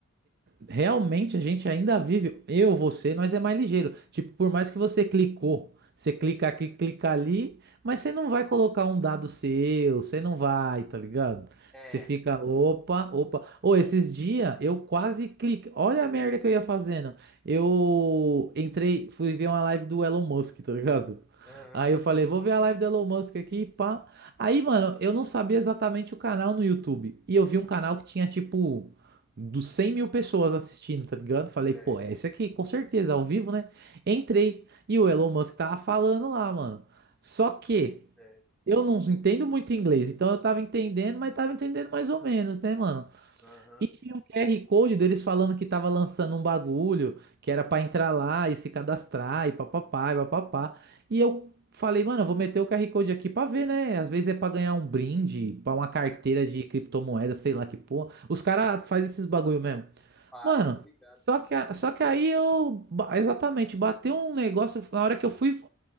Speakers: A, on the right; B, in the centre.
A: Realmente a gente ainda vive, eu, você, nós é mais ligeiro. Tipo, por mais que você clicou, você clica aqui, clica ali, mas você não vai colocar um dado seu, você não vai, tá ligado?
B: É,
A: Você fica, opa, opa. Ô, esses dias eu quase cliquei. Olha a merda que eu ia fazendo. Eu entrei, fui ver uma live do Elon Musk, tá ligado?
B: Aham.
A: Aí eu falei, vou ver a live do Elon Musk aqui, pá. Aí, mano, eu não sabia exatamente o canal no YouTube. E eu vi um canal que tinha tipo dos 100 mil pessoas assistindo, tá ligado? Falei,
B: é,
A: pô, é esse aqui, com certeza, ao vivo, né? Entrei e o Elon Musk tava falando lá, mano. Só que
B: certo
A: eu não entendo muito inglês, então eu tava entendendo, mas tava entendendo mais ou menos, né, mano?
B: Aham.
A: E tinha um QR Code deles falando que tava lançando um bagulho, que era pra entrar lá e se cadastrar e papapá e papapá. E eu. Falei, mano, eu vou meter o QR Code aqui pra ver, né? Às vezes é pra ganhar um brinde, pra uma carteira de criptomoeda, sei lá que porra. Os caras fazem esses bagulho mesmo.
B: Paz,
A: Mano,
B: tô ligado.
A: só que, a- só que aí eu. ba- Exatamente, bateu um negócio. Na hora que eu fui,